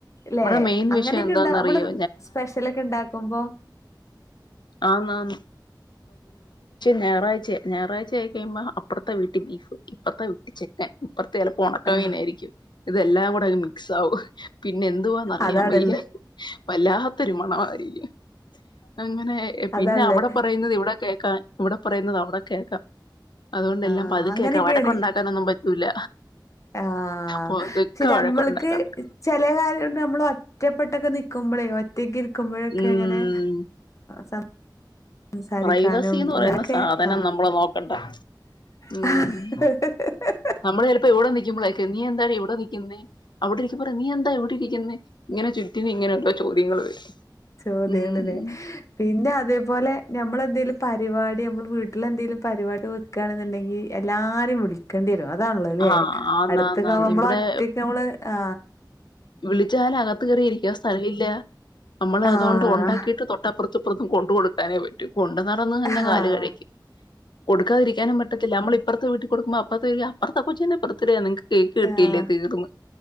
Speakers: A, on the left (about 40°); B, on the left (about 70°).
A: ലേ
B: ഇവിടെ മെയിൻ
A: അങ്ങനെയൊക്കെയുണ്ടാ
B: വിഷയം എന്താന്നറിയോ
A: നമ്മള് സ്പെഷ്യലൊക്കെ ഉണ്ടാക്കുമ്പോ
B: ആം ആം <unintelligible> ഞായറാഴ്ചയാ ഞായറാഴ്ച ആയി കഴിയുമ്പോൾ അപ്പുറത്തെംവീട്ടി ബീഫ് ഇപ്പറത്തെ വീട്ടിൽ ചിക്കൻ അപ്പറത്തു ചെലപ്പോ ഉണക്ക
A: ആഹ്
B: മീൻ ആയിരിക്കും ഇതെല്ലാം കൂടെ അങ്ങ് മിക്സ് ആകും പിന്നെന്തുവാന്ന് അറിയാൻ
A: അതാണല്ലേ
B: വയ്യ വല്ലാത്തൊരു, മണവായിന് അങ്ങനെ പിന്നെ
A: അതാള്ളേ
B: അവിടെ പറയുന്നത് ഇവിടെ കേക്കാൻ ഇവിടെ പറയുന്നത് അവിടെ കേക്കാം അതുകൊണ്ട് എല്ലാം
A: ആഹ്
B: ക്കാം,
A: അങ്ങനെയൊക്കെയാണ്
B: വഴക്ക് ഉണ്ടാക്കാനൊന്നുംംപറ്റൂല--ഉണ്ടാക്കാനൊന്നും പറ്റൂല
A: ആഹ് ആ
B: പതുക്കെ
A: ശരി,
B: വഴക്കുണ്ടാക്കണം
A: മ്മൾക്ക് ചെല, കാര്യങ്ങളൊണ്ട്, നമ്മൾ ഒറ്റപ്പെട്ടൊക്കെ, നിക്കുമ്പോളേോ ഒറ്റക്ക് ഇരിക്കുമ്പോഴൊക്കെ
B: ഉം
A: ഇങ്ങനെ സം സാരിക്കാനും
B: പ്രൈവസി എന്ന്
A: അങ്ങനൊക്കെ
B: പറയുന്ന സാധനം
A: ആഹ്
B: നമ്മൾ നോക്കണ്ട ഉം
A: <unintelligible>
B: നമ്മള് ചിലപ്പോ ഇവിടെ നിൽക്കുമ്പോളായിരിക്കും നീ എന്താടി ഇവിടെ നിക്കുന്നേ അവിടെ ഇരിക്കുമ്പോ പറയും നീ എന്താ ഇവിടെ ഇരിക്കുന്നെ റ്റിന് ഇങ്ങനെയുള്ള ചോദ്യങ്ങള് വരും
A: ചോദ്യങ്ങളല്ലേ
B: ഉം
A: പിന്നെ അതേപോലെ നമ്മളെന്തേലും പരിപാടി നമ്മള് വീട്ടില് എന്തെലും പരിപാടി വെക്കുവാണെന്നുണ്ടെങ്കി എല്ലാരേം വിളിക്കേണ്ടി വരും അതാണല്ലോല്ലേ
B: ആഹ് ആന്നാന്നാന്ന്
A: അടുത്തൊക്കെ നമ്മള്
B: ഇവിടെ
A: ഒറ്റക്ക് നമ്മള് ആ
B: വിളിച്ചാല് അകത്ത് കയറി ഇരിക്കാൻ സ്ഥലവില്ല നമ്മള്
A: ആഹ്
B: അതുകൊണ്ട് ഉണ്ടാക്കിയിട്ട് തൊട്ട പ്പുറത്തുംഇപ്പുറത്തും കൊണ്ട് കൊടുക്കാനേ പറ്റൂ കൊണ്ടു നടന്ന്തന്നെ
A: ആഹ്
B: കാല് കഴക്കും. കൊടുക്കാതിരിക്കാനും പറ്റത്തില്ല നമ്മള് ഇപ്പുറത്തെ വീട്ടിൽ കൊടുക്കുംമ്പോ അപ്പുറ അപ്പുറത്തെ കൊച്ചിന്റെ ബർത്ത്ഡേയാ നിങ്ങക്ക് കേക്ക് കിട്ടല്ലേ
A: ആഹ്
B: തീർന്ന്